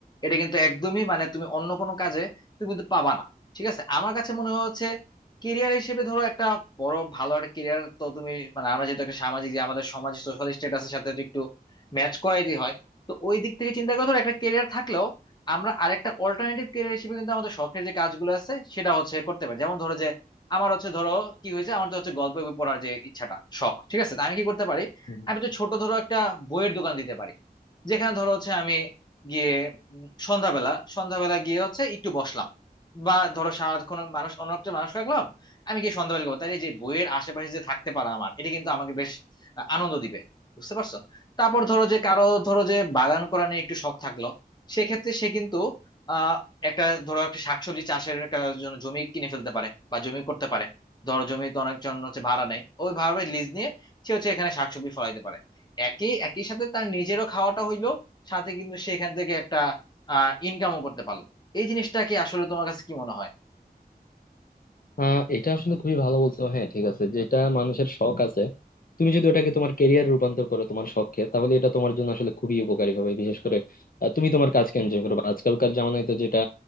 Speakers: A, on the left; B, on the left.
A: এটা কিন্তু একদমই মানে তুমি অন্য কোনো কাজে তুমি কিন্তু পাবা না ঠিক আছে আমার কাছে মনে হচ্ছে কেরিয়ার হিসেবে ধরো একটা বড় ভালো একটা কেরিয়ার তো তুমি মানে আমরা যেহেতু একটা সামাজিক যে আমাদের সমাজ সোশ্যাল স্ট্যাটাসের সাথে তো একটু ম্যাচ করাইতে হয় তো ওই দিক থেকে চিন্তা করে ধরো একটা কেরিয়ার থাকলেও আমরা আরেকটা অল্টারনেটিভ কেরিয়ার হিসেবে কিন্তু আমাদের শখের যে কাজগুলো আছে সেটা হচ্ছে করতে পারি যেমন ধরো যে আমার হচ্ছে ধরো কি হয়েছে আমার তো হচ্ছে গল্প বই পড়ার যে ইচ্ছাটা শখ ঠিক আছে তো আমি কি করতে পারি
B: হম
A: আমি তো ছোট ধরো একটা বইয়ের দোকান দিতে পারি যেখানে ধরো হচ্ছে আমি গিয়ে উম, সন্ধ্যাবেলা সন্ধ্যাবেলা গিয়ে হচ্ছে একটু বসলাম বা ধরো সারাক্ষণ মানুষ অন্য একটা মানুষ রাখলাম আমি গিয়ে সন্ধ্যাবেলা করবো তাহলে যে বইয়ের আশেপাশে যে থাকতে পারা আমার এটা কিন্তু আমাকে বেশ আহ, আনন্দ দিবে বুঝতে পারছো তারপর ধরো যে কারো ধরো যে বাগান করা নিয়ে একটু শখ থাকলো সেক্ষেত্রে সে কিন্তু আহ একটা ধরো একটা শাকসবজি চাষের একটা জন্য জমি কিনে ফেলতে পারে বা জমি করতে পারে ধরো জমি তো অনেকজন হচ্ছে ভাড়া নেয় ওইভাবে লিজ নিয়ে সে হচ্ছে এখানে শাকসবজি ফলাইতে পারে একই একই সাথে তার নিজেরও খাওয়াটা হইলো সাথে কিন্তু সে এখান থেকে একটা আহ ইনকামও করতে পারলো এই জিনিসটাকে আসলে তোমার কাছে কি মনে হয়
B: আহ এটা আসলে খুবই ভালো বলছো হ্যাঁ ঠিক আছে যেটা মানুষের শখ আছে তুমি যদি ওটাকে তোমার কেরিয়ার রূপান্তর করো তোমার শখকে তাহলে এটা তোমার জন্য আসলে খুবই উপকারী হবে বিশেষ করে আহ, তুমি তোমার কাজকে এনজয় করবে আজকালকার জামানায় তো যেটা